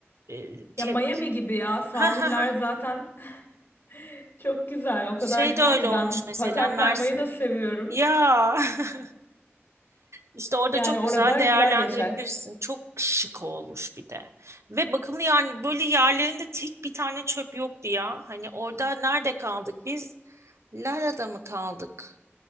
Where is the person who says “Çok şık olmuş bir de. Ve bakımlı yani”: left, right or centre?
Right